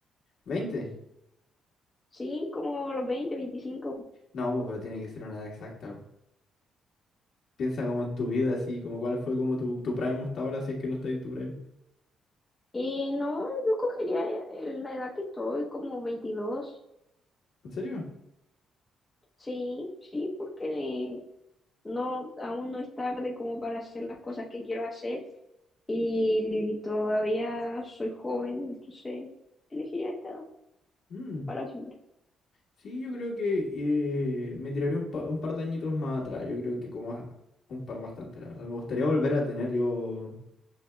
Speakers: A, on the left; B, on the left.
A: veinte
B: sí, como los veinte veinticinco
A: No, po, pero tiene que ser una edad exacta. po. Piensa como en tu vida, así, como cuál fue como tu, tu prime hasta ahora, si es que no estás en tu prime.
B: Eh, no, yo cogería eh, la edad que estoy, como 22
A: ¿En serio?
B: sí, sí, porque no, aún no es tarde como para hacer las cosas que quiero hacer. Y todavía soy joven, entonces elegiría esta edad
A: Mm.
B: para siempre.
A: Sí, yo creo que eh, me tiraré un, pa- un par de añitos más atrás. Yo creo que como a- un par bastante, la verdad. Me gustaría volver a tener yo